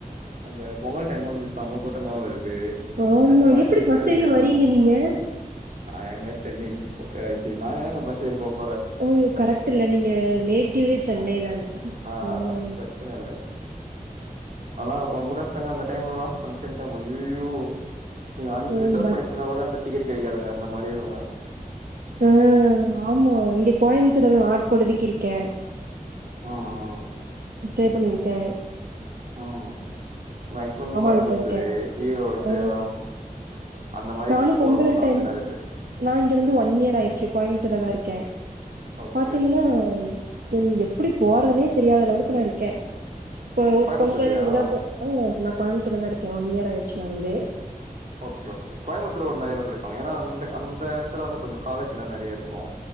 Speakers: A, on the right; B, on the right.
A: அந்த பொங்கல் டைம் வந்து செம்ம கூட்டமா வரு து
B: ஆமா.
A: எதாச்சு பாக்
B: எப்டி
A: ஃபெஸ்டிவல்
B: பஸ் ஏறி
A: டைம்னா
B: வரீங்க நீங்க?
A: நா ஏங்க சென்னைக்கு போ ஏ சீ நா ஏங்க பஸ் ஏறி போப்
B: ஓயோ கரெக்ட் இல்ல நீங்க நேட்டிவே சென்னைதான
A: ஆ
B: ஆமாமா
A: பிரச்சன இல்ல ஆனா ரொம்ப கஷ்டங்க அந்த டைம்லலா ஃபங்க்ஷன் டைம் அய்யய்யோ நீங்க அன்
B: ஓ!
A: ரிசர்வ்
B: பஸ்
A: பண்ணி வச்சிந்தா கூட அந்த டிகடு கெடைாதுங்க அந்த மாரி இருகுங்க
B: அ ஆமா இங்க கோயமுத்தூர்தா நாட்பொழுதிக்கு இருக்கே
A: ம் ம்
B: ஸ்டே பண்ணிருக்கே
A: உம் மேக்சிமன் கோயம்புத்தூரு
B: வீட்ல இருக்கேன்.
A: ஈரோட்
B: அ
A: சேலம் அந்த மாரி
B: நானும்
A: போறவங்கதா
B: பொங்கல் டைம்
A: வந்து நெறைய பேர்
B: நா இங்க வந்து ஒன் இயர் ஆயிர்ச்சு கோயம்த்தூர்லதா இருக்கே
A: ஓகே
B: பாத்தீங்கனா தென் எப்புடி போறதுனே தெரியாத லெவலுக்கு நா இருக்கே இப்போ
A: கோயம்புத்தூர்லயா
B: பொங்கல் இதுலா போ ஆ நா கோயம்த்தூர்லதா இருக்கே ஒன் இயர் ஆயிர்ச்சு நா வந்து
A: ஓக்கே ஓக்கே கோயம்பத்தூர்ல ஒரு நெறைய பேர் படிப்பாங்க ஏனா அந்த அந்த எடத்துல வந்து கொஞ்ச காலேஜ்னா நெறைய இருக்கு